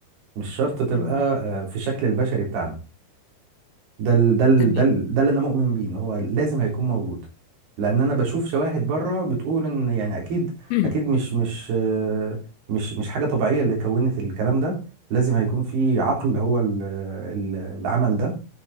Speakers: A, on the right (about 80°); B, on the left (about 75°).
A: مش شرط تبقى
B: مم.
A: آه، في الشكل البشري بتاعنا ده ال- ده ال-
B: تمام
A: ده ال- ده اللي انا مؤمن بيه ان هو لازم هيكون موجود لان انا بشوف شواهد بره بتقول ان يعني اكيد
B: مم.
A: اكيد مش مش آه، مش مش حاجة طبيعية اللي كونت الكلام ده لازم هيكون في عقل هو ال- ال- العمل ده